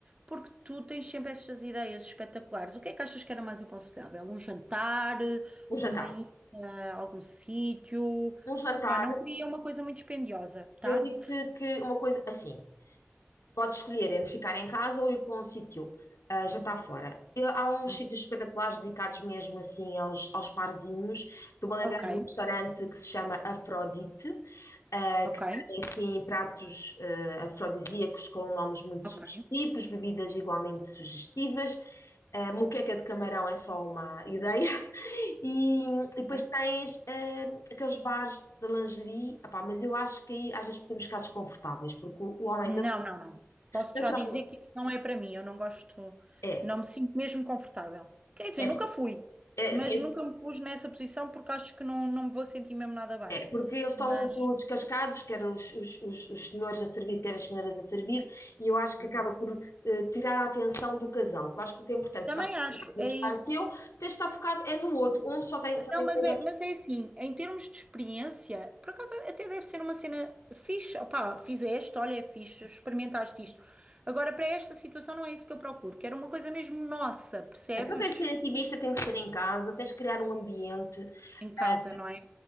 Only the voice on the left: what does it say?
Um jantar.
Um jantar,
eu digo-te que uma coisa assim. Podes escolher entre ficar em casa ou ir para um sítio, ah, jantar fora. Eu- há uns
sítios espetaculares dedicados mesmo assim aos, aos parzinhos. Estou-me a lembrar
de um restaurante que se chama Afrodite, ah,
que tem assim pratos ah, afrodisíacos com nomes muito
sugestivos, bebidas igualmente sugestivas. A moqueca de camarão é só uma ideia. <laughs> E, e
depois tens eh, aqueles bares de lingerie. Epá, mas eu acho que aí às vezes podemos ficar desconfortáveis, porque o, o homem
Naturalmente,
é.
É,
é,
sim,
é, porque eles estão
muito descascados, quer os, os, os, os senhores a servir, quer as senhoras a servir, e eu acho
que acaba por eh, tirar a atenção do casal. Eu acho que o que é importante,
só vais
fazer um
aniversário
é teu, tens de estar focado é no outro. Um só tem, só
tem
que ser,
então tem que ser intimista, tem que ser em casa, tens de criar um ambiente,
ah,